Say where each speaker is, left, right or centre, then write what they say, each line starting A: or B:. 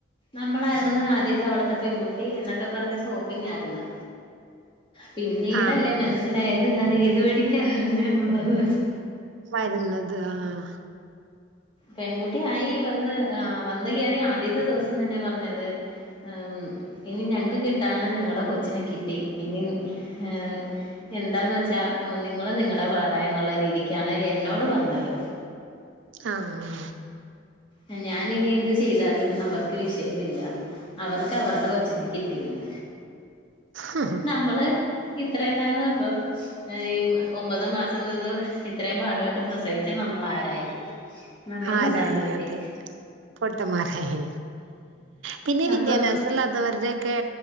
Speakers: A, on the left (about 25°); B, on the right (about 70°).
A: നമ്മളായിരുന്നു ആദ്യത്തെ അവിടത്തെ പെൺകുട്ടി എന്നൊക്കെ പറഞ്ഞ് സോപ്പിംഗായിരുന്ന് പിന്നീടല്ലേ
B: ആഹ്
A: മനസ്സിലായത് അത് ഏതു വഴിക്കാ വരുന്നേ എന്നുളളത്
B: വര്ന്നത് ആഹ്
A: പെൺകുട്ടി ആയി വന്ന് ആഹ് വന്ന്കേറി ആദ്യത്തെ ദിവസം തന്നെ പറഞ്ഞത് ആം ഇനി ഞങ്ങ്ക്ക് കിട്ടാന്ള്ള ഞങ്ങടെ കൊച്ചിനെ കിട്ടി ഇനി ഏഹ് എന്താന്ന് വെച്ചാ എഹ് നിങ്ങള് നിങ്ങടെ പാടയിന്ന്ള്ള രീതിക്കാണ് എന്നോട് പറഞ്ഞത്
B: ആഹ്
A: എഹ് ഞാനിനി എന്ത് ചെയ്താലും അവർക്ക് വിഷയവില്ല അവർക്ക് അവർടെ കൊച്ചിനെ കിട്ടീന്ന്
B: ആഹ്
A: നമ്മള് ഇത്രേനാളും അപ്പം ഏഹ് ഉം ഒമ്പത് മാസം നിന്ന് ഇത്രയും പാടുപെട്ട് പ്രസവിച്ച നമ്മളാരായ് നമ്മള്
B: ആരായി
A: പൊട്ടന്മാരായ്
B: അതെ പൊട്ടന്മാരായി പിന്നീ
A: അപ്പം
B: വിദ്യാഭ്യാസം തല്ലാത്തവർടെക്കേ